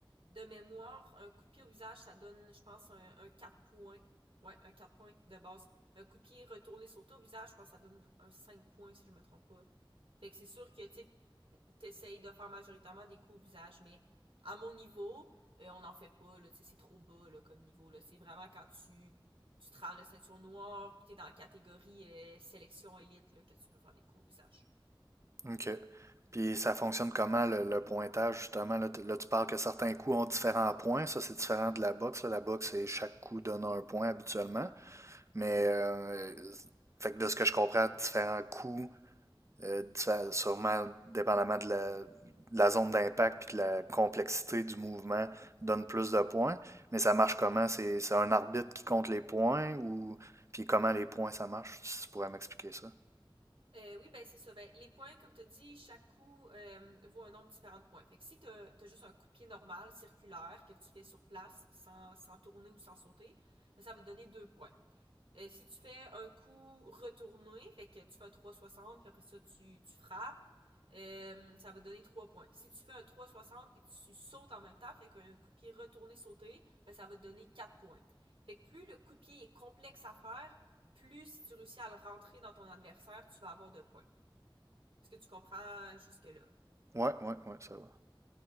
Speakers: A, on the right; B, on the right.
A: de mémoire, un coup de pied au visage, ça donne, je pense, un, un 4 points. Ouais, un 4 points de base. Un coup de pied retourné sauté au visage, je pense que ça donne un 5 points, si je me trompe pas. Fait que c'est sûr que, tu sais, t'essayes de faire majoritairement des coups au visage, mais à mon niveau, euh, on n'en fait pas, là, tu sais, c'est trop bas, là, comme niveau, là. C'est vraiment quand tu, tu te rends la ceinture noire, puis t'es dans la catégorie euh, sélection élite, là, que tu peux faire des coups au visage.
B: OK. Puis ça fonctionne comment le, le pointage, justement? Là, tu là, tu parles que certains coups ont différents points. Ça, c'est différent de la boxe. là. La boxe, c'est chaque coup donne un point habituellement. Mais euh, fait que de ce que je comprends, différents coups, euh, diffé- sûrement dépendamment de la, de la zone d'impact puis de la complexité du mouvement, donne plus de points. Mais ça marche comment? C'est, c'est un arbitre qui compte les points ou puis comment les points ça marche? Si tu pourrais m'expliquer ça.
A: Euh, oui, ben c'est ça. Ben, les points, comme tu as dit, chaque coup euh, vaut un nombre différent de points. Fait que si tu as, juste un coup de pied normal, circulaire, que tu fais sur place sans, sans tourner ou sans sauter, ben, ça va te donner deux points. Euh, si tu fais un coup retourné, fait que tu fais un 360, puis après ça, tu, tu frappes, euh, ça va donner 3 points. Si tu fais un 360 puis que tu sautes en même temps, fait qu'un coup de pied retourné sauté, ben, ça va te donner 4 points. Fait que plus le coup de pied est complexe à faire, plus si tu réussis à le rentrer dans ton adversaire, tu vas avoir de points. Est-ce que tu comprends jusque-là?
B: Ouais, ouais, ouais, ça va.